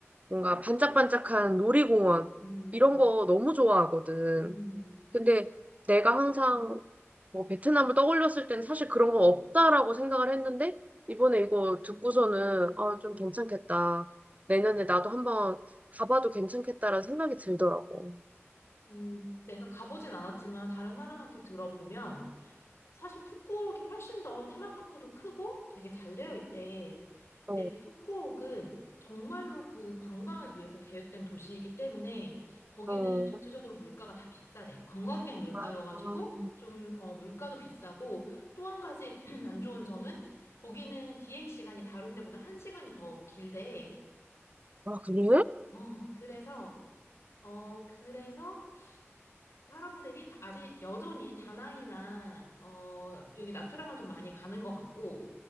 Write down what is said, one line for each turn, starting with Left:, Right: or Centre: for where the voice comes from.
Right: 뭔가 반짝반짝한 놀이공원
Left: 음,
Right: 이런 거 너무 좋아하거든.
Left: 음,
Right: 근데 내가 항상 뭐 베트남을 떠올렸을 땐 사실 그런 거 없다라고 생각을 했는데 이번에 이거 듣고서는 아, 좀 괜찮겠다. 내년에 나도 한번 가봐도 괜찮겠다라는 생각이 들더라고.
Left: 음. 내가 가보진 않았지만 다른 사람한테 들어보면 사실 푸꾸옥이 훨씬 더 테마파크도 크고 되게 잘 되어 있대.
Right: 어,
Left: 근데 푸꾸옥은 정말로 그 관광을 위해서 계획된 도시이기 때문에 거기는
Right: 어.
Left: 전체적으로 물가가 다 비싸대. 관광객 물가여가지고
Right: 아,
Left: 좀 어, 물가도 비싸고 또 한 가지 <clears throat> 안 좋은 점은 거기는 비행 시간이 다른 데보다 한 시간이 더 길대.
Right: 아, 그래?
Left: 어, 그래서 어, 그래서 사람들이 다- 아직 여전히 다낭이나 어 여기 나트랑을 좀 많이 가는 것 같고